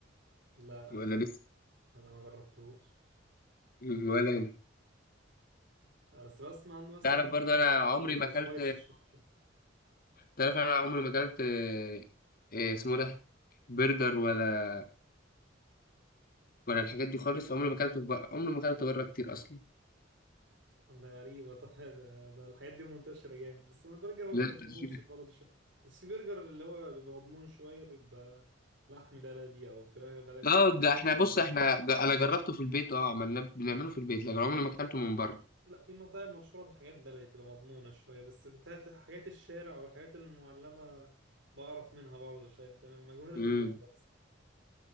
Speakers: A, on the right; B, on the left.
A: لا
B: ولا
A: الحقيقة
B: لسه
A: أنا ما جربتهوش
B: مم، ولا أنا.
A: آه، بس بسمع عنه مثلا
B: تعرف
A: اللي
B: برضه انا
A: هو
B: عمري
A: بيبقى
B: ما اكلت
A: سبايسي شوية
B: تعرف انا عمري ما اكلت آه، إيه اسمه ده برجر ولا وانا الحاجات دي خالص عمري ما اكلته بره عمري ما اكلته بره كتير اصلا
A: ده غريبة <laughs> طبعا ده, ده الحاجات دي منتشرة جامد بس أنا برجر ما
B: لا
A: بحبهوش
B: تأشيرة.
A: برضه شوية بس في برجر اللي هو بيبقى مضمون شوية بيبقى لحم بلدي أو فراخ بلدي
B: اه
A: الحاجات
B: ده احنا
A: دي
B: بص
A: مضمون
B: احنا ده انا جربته في البيت اه عملناه بنعمله في البيت لكن عمري ما اكلته من بره
A: لا في مطاعم مشهورة بالحاجات بلدي تبقى مضمونة شوية بس بتاعت حاجات الشارع أو الحاجات المعلبة بعرف منها برضه شوية أنت مجهولة
B: امم
A: المصدر أصلا